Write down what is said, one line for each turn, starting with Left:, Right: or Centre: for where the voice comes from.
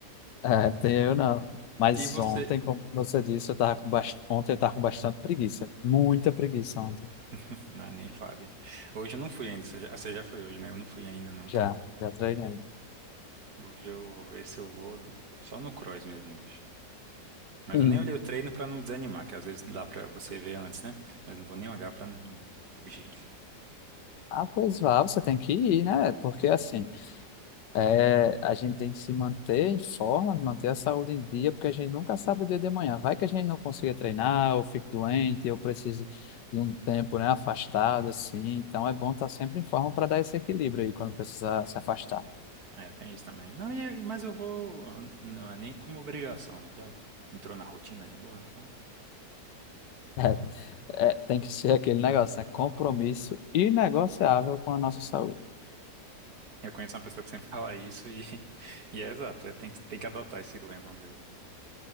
Left: É, tem eu não. Mas
Right: E você?
Left: ontem, como você disse, eu tava com bast... ontem eu tava com bastante preguiça. Muita preguiça ontem.
Right: <laughs> Ah, nem fale. Hoje eu não fui ainda. Você já, você já foi hoje, né? Eu não fui ainda, não.
Left: Já,
Right: Tô,
Left: já treinei.
Right: eu, eu vou ver se eu vou só no cross mesmo hoje. Mas
Left: Sim.
Right: eu nem olhei o treino pra não desanimar, que às vezes dá pra você ver antes, né? Mas não vou nem olhar pra não fugir.
Left: Ah, pois vá, você tem que ir, né? Porque assim. É, a gente tem que se manter em forma, manter a saúde em dia, porque a gente nunca sabe o dia de amanhã. Vai que a gente não consiga treinar, ou fique doente, ou precise de um tempo, né, afastado, assim. Então é bom estar sempre em forma para dar esse equilíbrio aí quando precisar se afastar.
Right: É, tem isso também. Não, e, e- mas eu vou. Não é nem como obrigação, não. Já entrou na rotina de boa, então.
Left: É, é, tem que ser aquele negócio, né? Compromisso inegociável com a nossa saúde.
Right: Eu conheço uma pessoa que sempre <laughs> fala isso e, <laughs> e é exato. é, tem, que- tem que adotar esse lema mesmo.